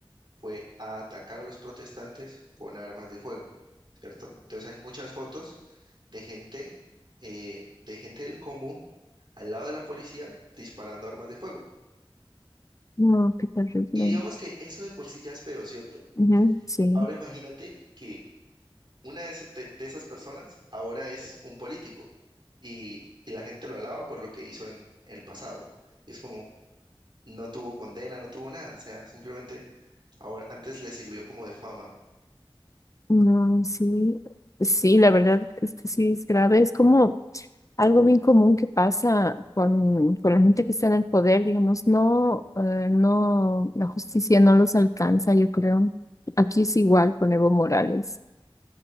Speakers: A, on the right; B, on the left.
A: fue a atacar a los protestantes con armas de fuego, ¿cierto? Entonces hay muchas fotos de gente, eh, de gente del común al lado de la policía disparando armas de fuego.
B: No, qué terrible.
A: Y digamos que eso de por sí ya es feo, ¿cierto?
B: Ujú, sí,
A: Ahora imagínate que una de, es- de- de esas personas ahora es un político y, y la gente lo alaba por lo que hizo en el pasado. Y es como, no tuvo condena, no tuvo nada, o sea, simplemente Ahora, antes le sirvió como de fama.
B: no, sí, sí, la verdad es que sí es grave. Es como algo bien común que pasa con, con la gente que está en el poder, digamos, no, eh, no, la justicia no los alcanza, yo creo. Aquí es igual con Evo Morales.